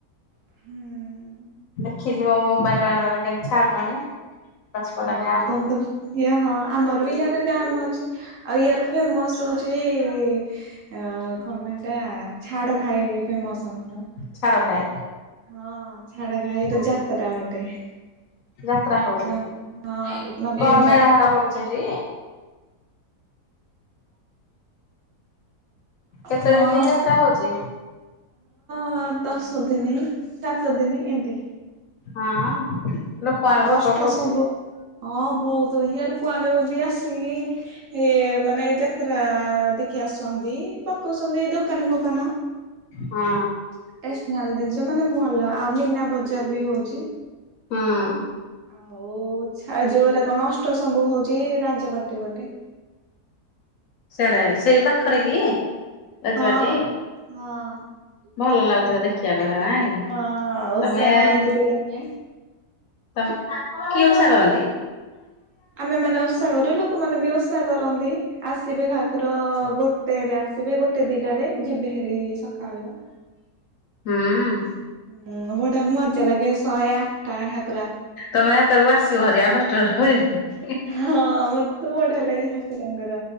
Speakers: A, on the right; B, on the left.
A: ହୁଁ।
B: ଦେଖିଥିବ ମୋବାଇଲ ମାନଙ୍କରେ କେମତି ଛାଡୁଛନ୍ତି। ଦଶପଲ୍ଲା
A: ହଁ
B: ଡ୍ୟାମ
A: ତମେତ ଇଏ ହଁ ଆମର ବି ୟାଡେ ଡ୍ୟାମ ଅଛି ଆଉ ୟାର ଫେମସ ହୋ ହୋଉଚି ଏ ଅ କଣ ପାଇଁ ଏଟା ଛାଡଖାଇ ଫେମସ ମୋର।
B: ଛାଡ ଖାଏ
A: ହଁ ଛାଡଖାଇର
B: ହୁଁ
A: ଯାତ୍ରା ଗୋଟେ। ନ
B: ଯାତ୍ରା ହଉଛି।
A: ହଁ ନବୀନ
B: କଣ ମେଳା ହେକା ପଡୁଛି ସେଠି? କେତେ
A: ହଁ।
B: ଦିନ ଯାତ୍ରା ହଉଛି?
A: ହଁ ଦଶ ଦିନି ସାତ ଦିନି ଏନତି।
B: ହଁ। ଲୋକମାନେ
A: ଆଉ ଅଜଠୁ
B: ପ୍ରବଳ ହଉଥିବେ।
A: ସବୁ ହଁ ବୋହୁତ ହିଆର କୁଆଡେ ବି ଆସିନି ଏ ମାନେ ଯାତ୍ରା ଦେଖି ଆସନ୍ତି ପକୋଉଚନ୍ତି ଦୋକାନୀ ଫୋକାନ।
B: ହଁ
A: ଷ୍ଟେସନାରୀ ଦିନିଷ ମାନେ ଭଲ ଆଉ ମିନା ବଜାର ବି ହୋଉଚି।
B: ହଁ।
A: ଆଉ ଛା-ଆଉ ଯୋଉରାକ ନଷ୍ଟ ସବୁ ହୋଉଚି ରାଜବାଟୀ ପଟେ
B: ସ୍ୟାଡେ ସେଇ ପାଖରେ
A: ହଁ
B: କି ରାଜବାଟୀ?
A: ହଁ ହଁ।
B: ଭଲ ଲାଗୁିଥିବ ଦେଖିବାକୁ ଏରା ନାଇଁ
A: ହଁ ଓଷା
B: ତମେ
A: କରନ୍ତି ପିଲାମାନେ।
B: ତମ୍ କିଏ ଓଷା କରନ୍ତି?
A: ଆମେମାନେ ଓଷା କରୁ ଲୋକମାନେ ବି ଓଷା କରନ୍ତି ଆସିବେ ଠାକୁର ଗୋଟେରେ ଆସିବେ ଗୋଟେ ଦିଟାରେ ଯିବେ ଏଇ ସକାଳୁଆ।
B: ହୁଁ
A: ହୁଁ ବଢିଆ ମଜା ଲାଗେ ଶହେ ଆଟଟା ହା
B: ତମେ ଆ ତାକୁ ଆସିବ ଭାରି ଆଉ ହଷ୍ଟେଲରେ ରିହିବ
A: ହଁ ମତେ ବଢିଆ ଲାଗେ ଠାକୁରଙ୍କର